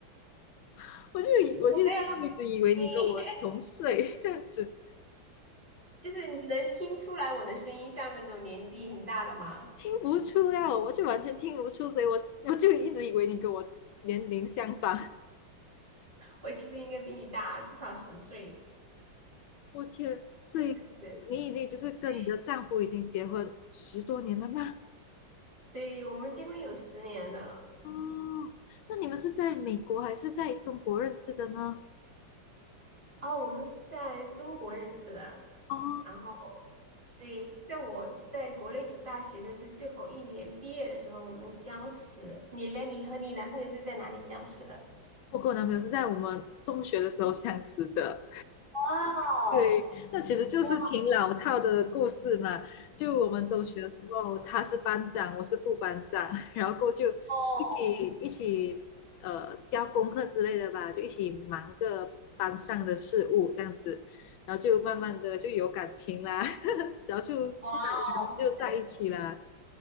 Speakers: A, on the left; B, on the right.
A: <laughs> 我就以我就一直以为你跟我同岁
B: 我没有那么低，
A: <laughs> 这样子。
B: 就是你能听出来我的声音像那种年纪很大的吗？
A: 听不出呀，我就完全听不出，所以我我就一直以为你跟我年龄相仿。
B: 我其实应该比你大至少十岁，
A: 我天，所以你已经就是跟你的丈夫已经结婚十多年了吗？
B: 这样子。对，对，我们结婚有十年了。
A: 哦，那你们是在美国还是在中国认识的呢？
B: 哦，我们是在中国认识的。
A: 哦，
B: 然后，对，在我在国内读大学的是最后一年毕业的时候，我们相识。你嘞？你和你男朋友是在哪里相识的？
A: 我跟我男朋友是在我们中学的时候相识的。
B: 哇哦，
A: 对，那其实就是挺老套的故事嘛。
B: 哇
A: 就我们中学的时候，他是班长，我是副班长，<laughs> 然后过后就一起一起呃教功课之类的吧，
B: 哦，
A: 就一起忙着班上的事务这样子，然后就慢慢的就有感情啦，<laughs> 然后就自然而然就在一起啦。
B: 哇哦，就是